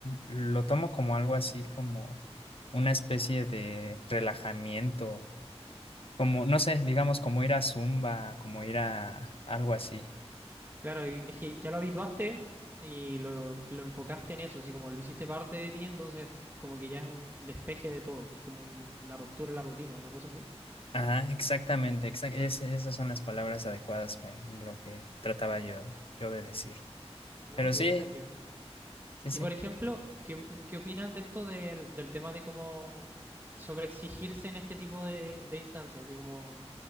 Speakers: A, on the left; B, on the right.
A: lo tomo como algo así, como una especie de relajamiento, como, no sé, digamos, como ir a Zumba, como ir a algo así.
B: claro, y es que ya lo habituaste y lo, lo enfocaste en eso, así como lo hiciste parte de ti, entonces como que ya es un despeje de todo, como un- una ruptura en la rutina, una cosa así.
A: Ajá, exactamente, exac- es- esas son las palabras adecuadas para lo que trataba yo, yo de decir.
B: No,
A: Pero
B: qué
A: sí,
B: buena, qué
A: sí, sí.
B: Y por ejemplo, ¿qué, qué opinas de esto del, del tema de cómo sobreexigirse en este tipo de, de instancias? Así como